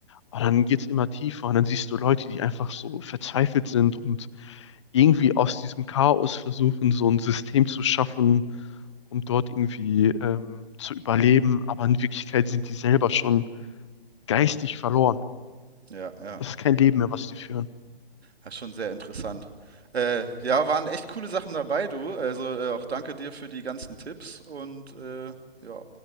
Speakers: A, on the left; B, on the right.
A: Und dann geht's immer tiefer und dann siehst du Leute, die einfach so verzweifelt sind und irgendwie aus diesem Chaos versuchen, so ein System zu schaffen, um dort irgendwie ähm, zu überleben. Aber in Wirklichkeit sind die selber schon geistig verloren.
B: Ja, ja.
A: Das ist kein Leben mehr, was die führen.
B: Das ist schon sehr interessant. Äh, ja, waren echt coole Sachen dabei, du. Also äh, auch danke dir für die ganzen Tipps und äh, ja,